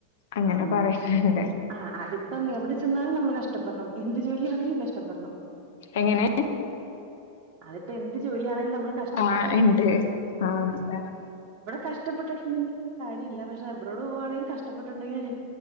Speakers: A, on the left (about 55°); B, on the right (about 40°).
A: അങ്ങനെ
B: ആഹ്
A: പറയുന്നുണ്ട്
B: ആഹ് അതിപ്പം എവിടെ ചെന്നാലും നമ്മള് കഷ്ടപ്പെടണം എന്ത് ജോലിയാണങ്കിലും കഷ് ടപ്പെടണം
A: എങ്ങനെ
B: അതിപ്പോ എന്ത് ജോലിയാണെങ്കിലും കഷ്ടപ്പെടണം
A: ആ ഇണ്ട് ആ അതാണ്
B: കഷ്ടപ്പെട്ടിട്ടുണ്ടെങ്കിൽ കാര്യല്ല പക്ഷെ അബ്റോട് പോവാണെങ്കിൽ കഷ്ടപെട്ട്ട്ടുണ്ടെങ്കിൽ